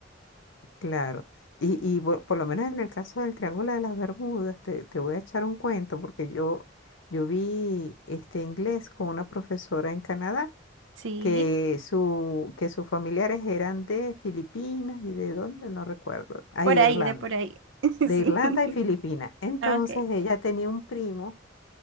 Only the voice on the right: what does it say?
Sí,
por
ahí,
de por ahí. <laughs>
Sí.
Ah, Ok.